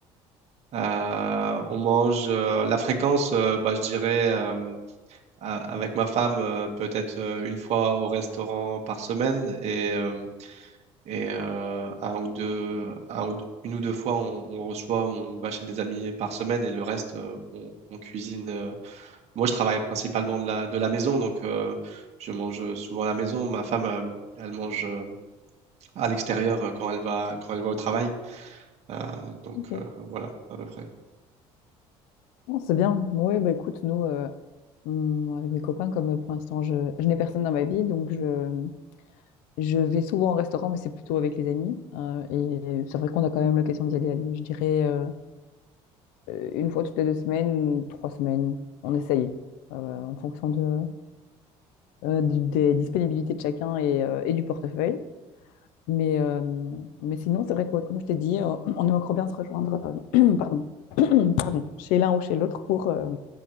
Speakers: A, on the right; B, on the left.
A: euh, on mange euh, la fréquence, euh, bah, je dirais euh, a- avec ma femme euh, peut-être euh, une fois au restaurant par semaine et, euh, et euh, un ou deux, un ou deux- une ou deux fois on, on reçoit, on va chez des amis par semaine et le reste euh, on, on cuisine. euh. Moi je travaille principalement de la, de la maison donc euh, je mange souvent à la maison. Ma femme euh, elle mange euh, à l'extérieur euh, quand elle va quand elle va au travail. Euh, donc
B: Ok,
A: euh, voilà à peu près.
B: Bon, c'est bien. Oui, bah écoute, nous, euh, hum, avec mes copains, comme euh, pour l'instant, je, je n'ai personne dans ma vie, donc je, je vais souvent au restaurant, mais c'est plutôt avec les amis. Euh, et c'est vrai qu'on a quand même l'occasion d'y aller, aller, je dirais, euh, euh, une fois toutes les deux semaines, trois semaines, on essaye, euh, en fonction de, euh, du- des disponibilités de chacun et, euh, et du portefeuille. Mais, euh, mais sinon, c'est vrai que, ouais, comme je t'ai dit, euh, on aimerait encore bien se rejoindre euh, <clears throat> pardon, <clears throat> pardon, chez l'un ou chez l'autre pour, euh,